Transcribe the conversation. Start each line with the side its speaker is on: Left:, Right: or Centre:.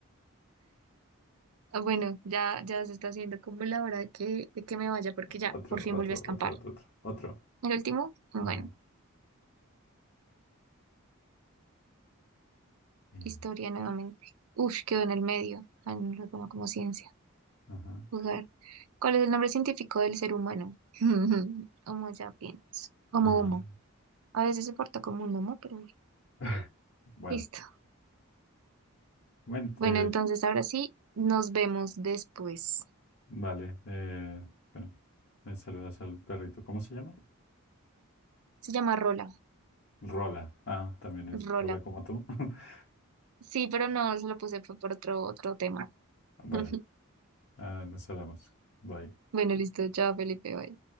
Right: Ah, Bueno, ya, ya se está haciendo como la hora que, de que me vaya porque ya,
Left: Otro,
Right: por fin
Left: otro,
Right: volví a escampar.
Left: otro, otro, otro, otro.
Right: El último, bueno,
Left: Ujú. Eh,
Right: historia nuevamente. Uf, quedó en el medio. Ah, no lo pongo como ciencia.
Left: Ajá,
Right: Jugar. ¿Cuál es el nombre científico del ser humano? <laughs> Homo sapiens. Homo
Left: ajá.
Right: homo. A veces se porta como un homo, pero bueno,
Left: <laughs> Bueno,
Right: listo.
Left: mente.
Right: Bueno, entonces ahora sí, nos vemos después.
Left: Vale, eh, bueno, me saludas al perrito. ¿Cómo se llama?
Right: Se llama Rola.
Left: Rola. Ah, también es
Right: Rola.
Left: Rola como tú. <laughs>
Right: Sí, pero no, se lo puse fue por otro, otro tema.
Left: Bueno,
Right: <laughs>
Left: ah, nos hablamos. Bye.
Right: Bueno, listo. Chao, Felipe. Bye.